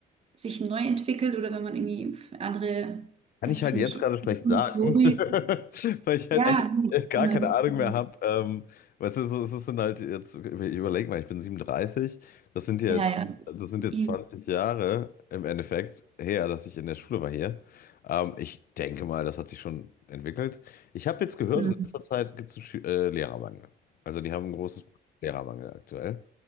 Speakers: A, on the right; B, on the left.
A: sich neu entwickelt oder wenn man irgendwie andere,
B: kann
A: weiß
B: ich
A: ich
B: halt
A: nicht,
B: jetzt gerade schlecht sagen,
A: so wie-
B: <laughs> weil ich halt
A: ja,
B: echt äh, gar
A: immer
B: keine
A: gibt's-
B: Ahnung mehr habe. Ähm, weißt du, so, es ist dann halt jetzt, ich überleg mal, ich bin 37, das sind jetzt,
A: ja, ja,
B: das sind jetzt
A: Eben.
B: 20 Jahre im Endeffekt her, dass ich in der Schule war hier. Ähm, ich denke mal, das hat sich schon entwickelt. Ich habe jetzt gehört,
A: Mhm.
B: in letzter Zeit gibt es einen Schü- äh, Lehrermangel. Also die haben ein großes Lehrermangel aktuell.